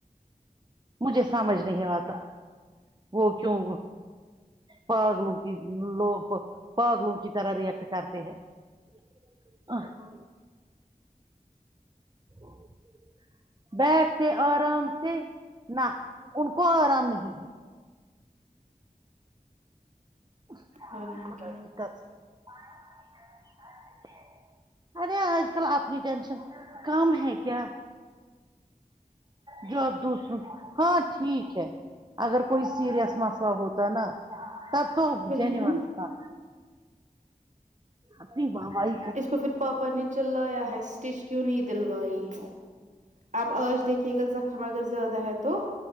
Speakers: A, on the right; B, on the right.
A: مجھے سمجھ نہیں آتا وہ کیوں پاگلوں کی لوگ پاگلوں کی طرح ریئیکٹ کرتے ہیں <unintelligible> <unintelligible> بیٹھتے آرام سے نہ ان کو آرام نہیں ہے <unintelligible>
B: ورنہ کیا
A: ارے آج کل اپنی ٹینشن کم ہے کیا جواب دوسروں کی ہاں ٹھیک ہے اگر کوئی سیریس مسئلہ ہوتا نا تب تو <unintelligible>
B: وہی نا
A: اپنی واہ وائی
B: اس کو پھر پاپا نے چلایا ہے اسٹچ کیوں نہیں دلوائی ہے آپ آج دیکھیے گا زخم اگر زیادہ ہے تو